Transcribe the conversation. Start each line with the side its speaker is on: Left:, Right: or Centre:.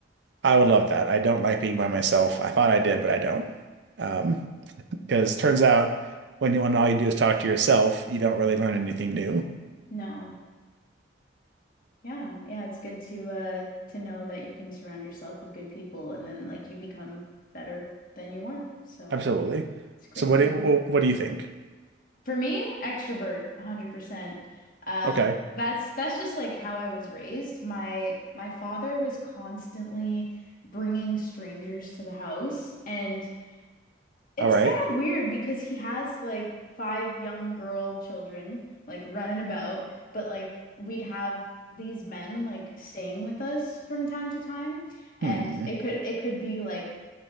Right: I would love that. I don't like being by myself. I thought I did, but I don't. Um, because it turns out when you, when all you do is talk to yourself, you don't really learn anything new.
Left: no. Yeah, yeah, it's good to uh to know that you can surround yourself with good people and then like you become better than you were. So,
Right: Absolutely.
Left: it's great
Right: So what
Left: growth.
Right: do you, wh- what do you think?
Left: For me, extrovert 100%. Um
Right: Okay.
Left: that's that's just like how I was raised. My my father was constantly bringing strangers to the house and it's
Right: All right.
Left: kind of weird because he has like five young girl children like running about, but like we'd have these men like staying with us from time to time, and
Right: Hmm.
Left: it could it could be like